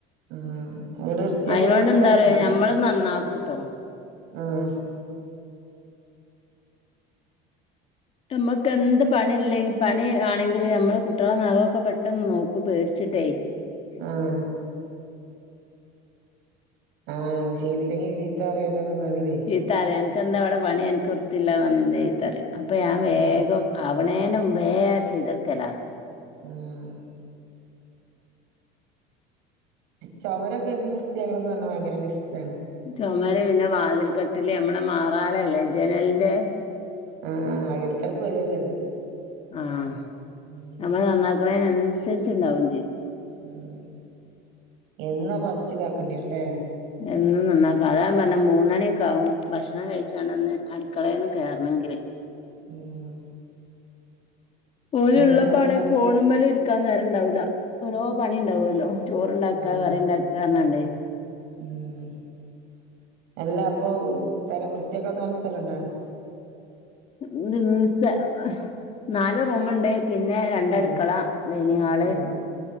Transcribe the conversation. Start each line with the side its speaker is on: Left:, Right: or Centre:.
Right: ആഹ് വീട് വൃത്തിയാക്കാൻ
Left: അതിനൊണ്ട്
Right: കൊറെ
Left: എന്താറിയോ
Right: സ്ഥലണ്ടാ
Left: ഞമ്മള് നന്നാക്കൂട്ടോ
Right: ആഹ്
Left: ന്റ്മ്മക്ന്ത് പണില്ലെ പണി ആണെങ്കില് നമ്മള് കുട്ടികളെ നഖകേ പെട്ടെന്ന് നോക്കും പേടിച്ചിട്ടേ
Right: ആഹ് ആഹ് ചെയ്തില്ലെങ്കി ചീത്ത <unintelligible>
Left: റയും അനക്ക് എന്താ ഇമ്പടെ പണി അനക്ക് വൃത്തിയില്ലാന്നറഞ്ഞ് ഇന്നെ ചീത്തറയും അപ്പ ഞാൻ വേഗം
Right: ആഹ്
Left: ആവണേൻ്റ മുമ്പേ ബേം ചെയ്ത് വെക്കല
Right: ഉം ചൊവരൊക്കെ എന്നും വൃത്തിയാക്കണന്ന് പറഞ്ഞാ ഭയങ്കര റിസ്താണ്
Left: ച്ചോമര് പിന്നെ വാതിൽ കട്ടില് നമ്മളെ മാറാലല്ലേ ജനലിന്റെ
Right: ആഹ് ആഹ് എടക്ക്ടക്ക് വരുല്ലോ അത്
Left: ആഹ്
Right: ഉം
Left: നമ്മള് നന്നാക്ണിന് തിനനുസരിച്ച്ണ്ടാവും ചെയ്യും
Right: മം എന്നുപ്പോ അടിച്ച് താക്കേണ്ടിരല്ലേ
Left: എന്നും നന്നാക്കണം അതാ ഞാപറഞ്ഞെ മൂന്നണിയൊക്കെകാകും ഭക്ഷണം കഴിച്ചാണ്ന്ന് അടുക്കളന്ന് കേയറണെങ്കില്
Right: ഉം
Left: ഓല്
Right: എന്ന്
Left: ഉള്ളപ്പാണെ
Right: നല്ല
Left: ഫോണു മേല് ഇരിക്കാ നേരം ഉണ്ടാവുല്ല ഓരോ പണി ഉണ്ടാവോല്ലോ ചോറ്ണ്ടാക്ക
Right: ആഹ്
Left: കറിണ്ടാക്കാ പറന്നാണ്ട്
Right: ഉം അല്ല അപ്പൊ, സ്ഥലം വൃത്തിക്കാൻ തോന സ്ഥലണ്ടോ
Left: <unintelligible> നാല് റൂമുണ്ട് പിന്നെ രണ്ടടുക്കള
Right: ഉം
Left: ഡൈനിങ് ഹാള്
Right: ആഹ്